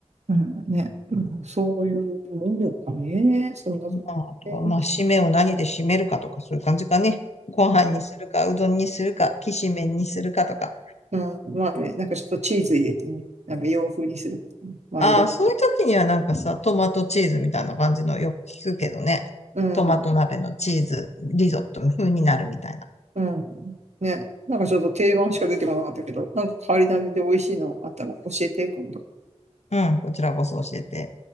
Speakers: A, on the right (about 70°); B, on the left (about 70°).
A: うん、ね。うん、そういうものかね。そんなとこね。
B: まあ、あとはまあ、締めを何で締めるかとか、そういう感じかね。ご飯にするか、うどんにするか、きしめんにするかとか。
A: うん、まあね、なんかちょっとチーズ入れてね、なんか洋風にするとかね。まあいろいろ。
B: ああ、そういう時にはなんかさ、トマトチーズみたいな感じのよく聞くけどね。
A: うん、
B: トマト鍋のチーズ、リゾットの風になるみたいな。
A: うん。ね、なんかちょっと定番しか出てこなかったけど、なんか変わり種で美味しいのあったら教えて、今度。
B: うん、こちらこそ教えて。